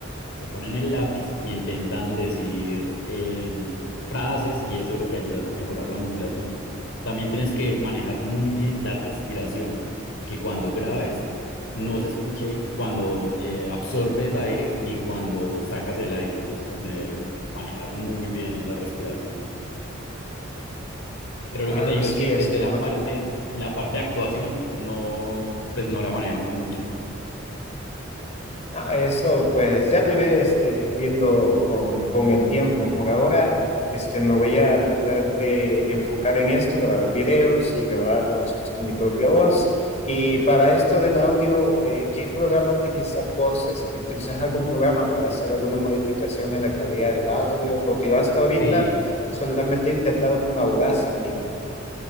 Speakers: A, on the left (about 65°); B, on the left (about 35°).
A: se ponen el lápiz e intentan decir eh, frases y eso es lo que ayuda es a mejorar la modulación. También tienes que manejar muy bien la respiración, que cuando grabes no se escuche cuando eh, absorbes aire ni cuando sacas el aire. Entonces, como tener, manejar muy bien esa respiración. Pero
B: Ah,
A: lo que te digo
B: sí,
A: es que
B: este,
A: desde la
B: lo manten-
A: parte, la parte de actuación, no, pues no la manejo mucho.
B: Ah, eso, pues ya lo iré, este, viendo con, con el tiempo. Por ahora, este, me voy a tratar de enfocar en esto, grabar videos y grabarlos, pues, con mi propia voz. Y para esto del audio, eh, ¿qué programa utilizas vos? Este, ¿utilizas algún programa para hacer alguna modificación en la calidad del audio? Porque yo hasta ahorita
A: Sí.
B: solamente he intentado con Audacity.